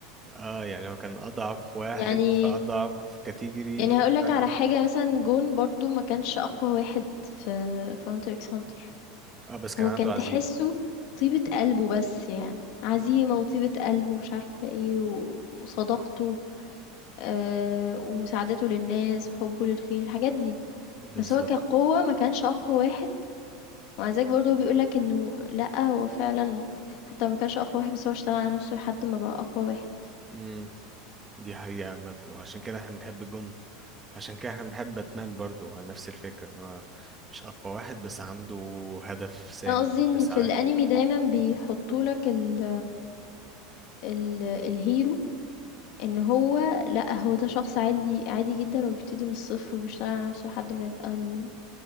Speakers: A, on the right; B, on the left.
A: اه يعني هو كان اضعف واحد
B: يعني
A: في اضعف كاتيجوري
B: يعني
A: في
B: هقول
A: البتاع
B: لك على
A: كله
B: حاجة مثلا جون برضو ما كانش اقوى واحد في في هانتر اكس هانتر
A: اه بس كان
B: هو
A: عنده
B: كان
A: عزيمة
B: تحسه طيبة قلبه بس يعني عزيمة وطيبة قلبه ومش عارفة ايه و... وصداقته آه، ومساعدته للناس وحبه للخير الحاجات دي
A: بالظبط
B: بس هو كقوة ما كانش أقوى واحد ومع ذلك برضه هو بيقولك إنه لأ هو فعلا حتى ما كانش أقوى واحد بس هو اشتغل على نفسه لحد ما بقى أقوى واحد
A: مم. دي حقيقة عامة وعشان كده احنا بنحب جون عشان كده احنا بنحب باتمان برضو على نفس الفكرة ان هو مش اقوى واحد بس عنده هدف سامي
B: فأنا قصدي إن
A: بيسعى
B: في الأنمي
A: له.
B: دايما بيحطولك ال ال الهيرو إن هو لأ هو ده شخص عادي عادي جدا وبيبتدي من الصفر وبيشتغل على نفسه لحد ما يبقى ال